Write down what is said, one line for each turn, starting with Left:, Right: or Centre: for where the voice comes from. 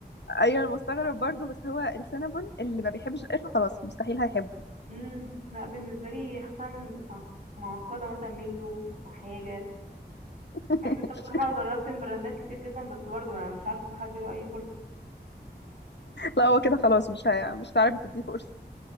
Left: ايوه انا مستغرب برضو بس هو السينابون اللي ما بيحبش القرفه خلاص مستحيل هيحبه
Right: امم لا بالنسبه لي حسام مع- معقده مثلا منه وحاجه
Left: <laughs>
Right: يعني انت بصراحه جربت من براندات كتير جدا بس برضه انا مش عارفه بصراحه اديله اي فرصه
Left: لا هو كده خلاص مش هي... مش هتعرفي تديه فرصه